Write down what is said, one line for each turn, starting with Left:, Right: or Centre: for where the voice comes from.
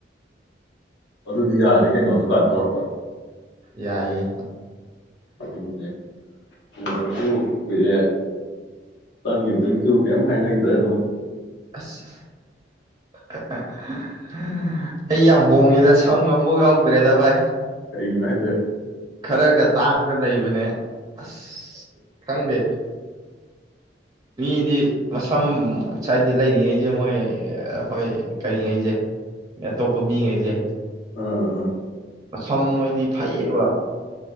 Left: ꯑꯗꯨꯗꯤ ꯌꯥꯔꯦ ꯀꯩꯅꯣ ꯑꯗꯨꯀꯥꯟ ꯊꯣꯛꯂꯛꯄ
Right: ꯌꯥꯏꯌꯦ
Left: ꯑꯗꯨꯅꯦ ꯑꯨꯗꯕꯖꯨ ꯀꯨꯏꯔꯦ ꯆꯪꯒꯤꯕꯗꯒꯤꯖꯨ ꯀꯔꯤꯝ ꯍꯥꯏꯅꯈꯤꯗ꯭ꯔꯦ ꯑꯗꯨꯝ
Right: ꯑꯁ <unintelligible> ꯑꯩ ꯌꯥꯝ ꯍꯣꯡꯉꯦꯗ ꯁꯝꯒ ꯑꯝꯕꯥꯎ ꯌꯥꯎ ꯗ꯭ꯔꯦꯗ ꯚꯥꯏ
Left: ꯀꯩꯒꯤꯅꯣ ꯍꯥꯏꯁꯦ
Right: ꯈꯔꯒ ꯇꯥꯡꯉꯒ ꯂꯩ <unintelligible> ꯑꯁ ꯈꯪꯗꯦ ꯃꯤꯗꯤ ꯃꯁꯝ ꯁ꯭ꯋꯥꯏꯗ ꯂꯩꯔꯤꯉꯩꯁꯦ ꯃꯣꯏ ꯍꯣꯏ ꯀꯔꯤꯉꯩꯁꯦ ꯑꯇꯣꯞꯄ ꯃꯤꯉꯩꯁꯦ
Left: ꯎꯝ ꯎꯝ
Right: ꯁꯝ ꯃꯣꯏꯗꯤ ꯐꯩꯌꯦꯕ